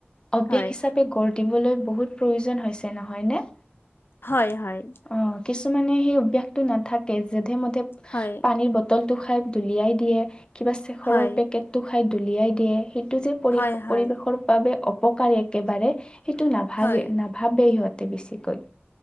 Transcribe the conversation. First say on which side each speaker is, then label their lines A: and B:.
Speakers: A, on the left; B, on the left.
A: অভ্যাস
B: হয়
A: হিচাপে গঢ় দিবলৈ বহুত প্ৰয়োজন হৈছে নহয়নে
B: হয় হয়
A: অ কিছুমানে সেই অভ্য়াসটো নাথাকে যেেধে মধে
B: হয়
A: পানীৰ বটল টো খাই দুলিয়াই দিয়ে কিবা চেখৰৰ
B: হয়
A: পেকেটটো খাই দুলিয়াই দিয়ে সেইটো যে পৰি
B: হয় হয়
A: পৰিৱেশৰ বাবে অপকাৰী একেবাৰে সেইটো নাভাগে
B: হয়
A: নাভাবেেই সিহঁতে বেছিকৈ